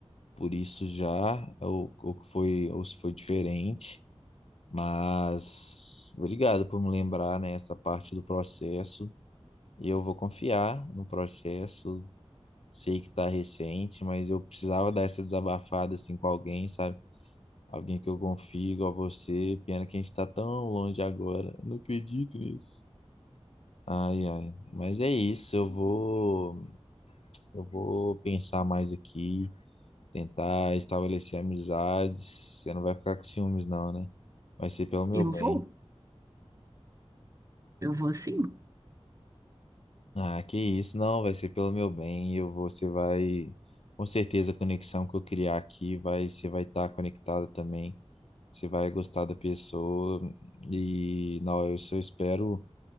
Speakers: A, on the left; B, on the right.
A: por isso já, ou, ou que foi, ou se foi diferente, mas obrigado por me lembrar, né, essa parte do processo. E eu vou confiar no processo. Sei que tá recente, mas eu precisava dar essa desabafada assim com alguém, sabe? Alguém que eu confio, igual você. Pena que a gente tá tão longe agora. Não acredito nisso. Ai, ai. Mas é isso, eu vou, eu vou pensar mais aqui. Tentar estabelecer amizades. Você não vai ficar com ciúmes, não, né? Vai ser pelo meu
B: Eu
A: bem.
B: vou, eu vou sim.
A: Ah, que isso, não, vai ser pelo meu bem. Eu, vou- você vai, com certeza, a conexão que eu criar aqui vai, você vai estar conectada também. Você vai gostar da pessoa e não, eu só espero